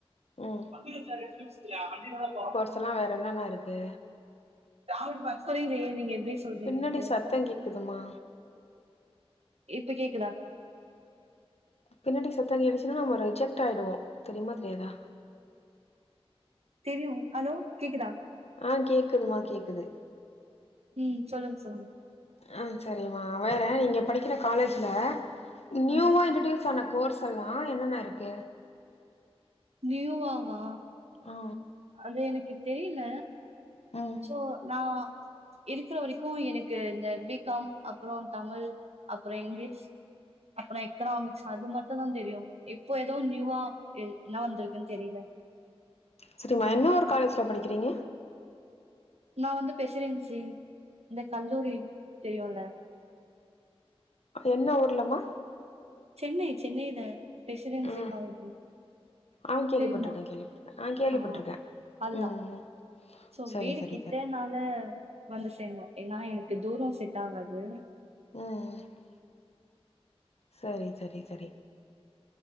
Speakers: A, on the left (about 85°); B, on the right (about 85°).
A: ம்
B: <unintelligible> அஞ்சு நாளா கோவம்
A: இதல்லா வேற என்னென்ன இருக்கு
B: <unintelligible> நீங்க எப்டி சொல்றீங்கென்ட்டு
A: பின்னாடி சத்தம் கேக்குதுமா
B: இப்ப கேக்குதா
A: பின்னாடி சத்தோ கேட்டுச்சுன்னா நம்ம ரிஜெக்ட் ஆய்டுவோ தெரியுமா தெரியாதா
B: தெரியு ஹலோ கேக்குதா
A: ஆ கேக்குதுமா கேக்குது
B: ம் சொல்லுங்க சொல்லுங்க
A: அ செரிம்மா வேற நீங்க படிக்கிற காலேஜுல நியூவா
B: ம்
A: இன்டர்டியூஸ் ஆன கோர்ஸ் எல்லா என்னென்ன இருக்கு
B: நியூவா வா
A: ஆ
B: அது எனக்கு தெரியில
A: ம்
B: சோ நா இருக்குற வரைக்கு எனக்கு இந்த பி காம் அப்பறோ தமிழ் அப்பறோ இங்லீஷ் அப்பறோ எக்கனாமிக்ஸ் அது மட்டுந்தா தெரியும் இப்போ எதுவு நியூவா எ என்ன வந்துருக்குன்னு தெரியில
A: சரிம்மா என்ன ஊரு காலேஜுல்ல படிக்கிறீங்க
B: நா வந்து பெசிடென்சி இந்த கல்லூரி தெரியுல்ல
A: என்ன ஊர்லம்மா
B: சென்னை சென்னையில ப்ரெசிடென்சி
A: ம்
B: காலேஜு
A: ஆ கேள்விப்பட்ருக்கே
B: தெரியுமா
A: கேள்விப்பட்ருக்கே அ கேள்விப்பட்ருக்கே
B: ஆ அதுதா
A: ம்
B: சோ
A: சரி
B: வீடு
A: சரி
B: கிட்டனால
A: சரி
B: ல வந்து சேந்தோ ஏன்னா எனக்கு தூரம் செட் ஆகாது
A: ம் ம் சரி சரி சரி